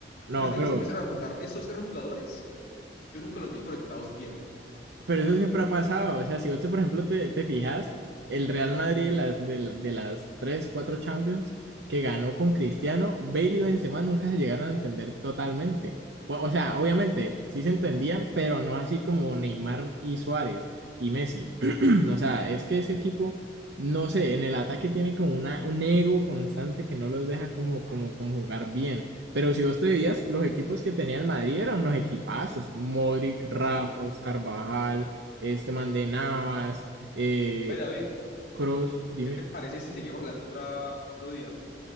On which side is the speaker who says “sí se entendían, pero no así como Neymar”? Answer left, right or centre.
Right